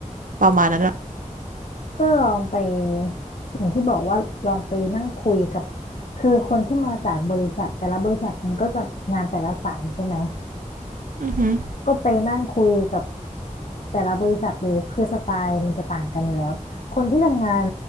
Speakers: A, on the right; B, on the left.
A: ประมาณนั้นอะ
B: ก็ลองไปอย่างที่บอกว่าลองไปนั่งคุยกับคือคนที่มาจากบริษัทแต่ละบริษัทมันก็จะงานแต่ละสายใช่ไหม
A: อือหือ
B: ก็ไปนั่งคุยกับแต่ละบริษัทเลยคือสไตล์มันจะต่างกันอยู่แล้ว คนที่ทำงาน